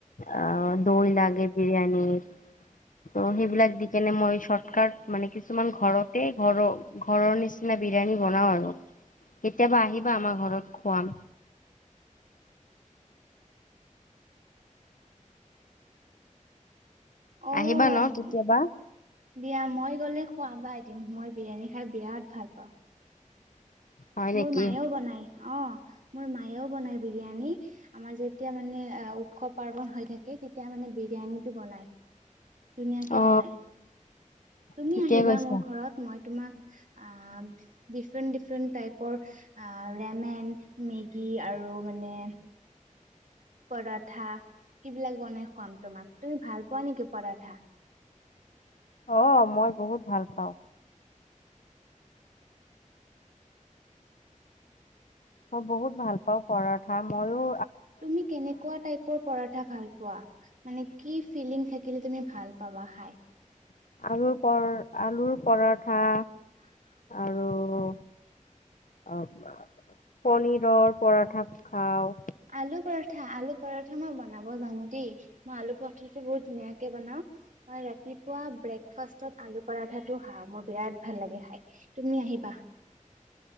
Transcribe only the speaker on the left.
অ দৈ লাগে বিৰিয়ানিত। ত সেইবিলাক দি কেনে মই চৰ্টকাট মানে কিছুমান ঘৰতে ঘৰ ঘৰৰ নিচিনা বিৰিয়ানী বনাও আৰু, কেতিয়াবা আহিবা আমাৰ ঘৰত খুৱাম।
আহিবা ন কেতিয়াবা?
হয়
নেকি
অ
ঠিকে
কৈছা
অ মই বহুত ভাল পাওঁ। মই বহুত ভাল পাওঁ পৰঠা মইও।
আলুৰ পৰ আলুৰ পৰঠা
আৰু অ পনীৰৰ পৰঠা খাওঁ